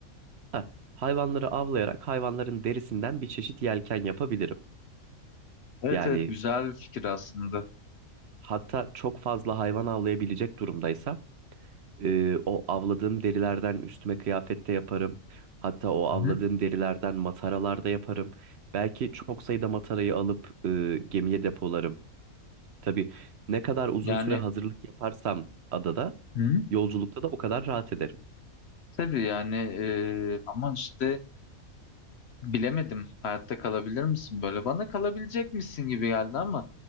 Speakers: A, on the right; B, on the left.
A: Heh, hayvanları avlayarak hayvanların derisinden bir çeşit yelken yapabilirim.
B: Evet
A: Yani
B: evet güzel bir fikir aslında.
A: Hatta çok fazla hayvan avlayabilecek durumdaysa e, o avladığım derilerden üstüme kıyafet de yaparım. Hatta o avladığım
B: Hı hı.
A: derilerden mataralar da yaparım. Belki çok sayıda matarayı alıp e, gemiye depolarım. Tabii ne kadar uzun
B: Yani
A: süre hazırlık yaparsam adada,
B: hı hı.
A: yolculukta da o kadar rahat ederim.
B: Tabii yani e, ama işte bilemedim hayatta kalabilir misin böyle? Bana kalabilecek misin gibi geldi ama